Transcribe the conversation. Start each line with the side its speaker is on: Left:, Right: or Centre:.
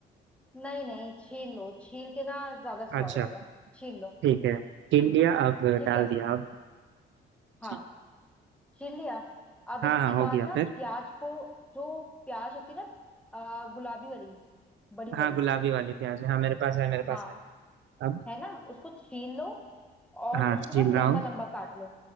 Centre: नहीं नहीं छील लो छील के ना ज्यादा स्वाद
Right: अच्छा
Centre: आएगा छील लो
Right: ठीक है छील लिया अब
Centre: ठीक
Right: डाल
Centre: है
Right: दिया अब
Centre: हाँ
Right: जी
Centre: छील लिया अब
Right: हाँ
Centre: इसके
Right: हाँ हो
Centre: बाद
Right: गया
Centre: ना
Right: फिर
Centre: प्याज को जो प्याज होती है ना आ, गुलाबी वाली बड़ी वाली
Right: हाँ गुलाबी वाली प्याज है। हाँ मेरे पास है मेरे पास
Centre: हाँ
Right: है अब
Centre: है ना उसको छील लो और
Right: हाँ
Centre: उसको
Right: छील
Centre: ना
Right: रहा
Centre: लंबा
Right: हूँ
Centre: लंबा काट लो